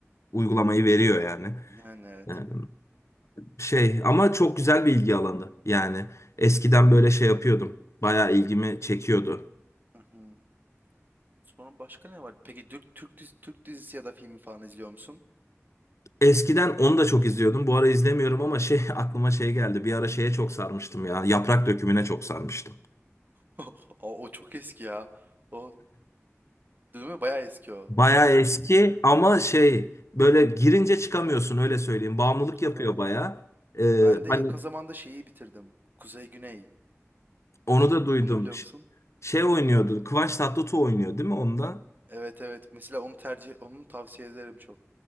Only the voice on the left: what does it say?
uygulamayı veriyor yani.
Yani, şey ama çok güzel bir ilgi alanı. Yani eskiden böyle şey yapıyordum. Bayağı ilgimi çekiyordu.
Eskiden onu da çok izliyordum. Bu ara izlemiyorum ama şey <laughs> aklıma şey geldi. Bir ara şeye çok sarmıştım ya. Yaprak dökümüne çok sarmıştım.
Bayağı eski ama şey böyle girince çıkamıyorsun öyle söyleyeyim. Bağımlılık
yapıyor bayağı. Ee,
hani
Onu da duydum.
Ş-
Şey oynuyordu. Kıvanç Tatlıtuğ oynuyor değil mi onda?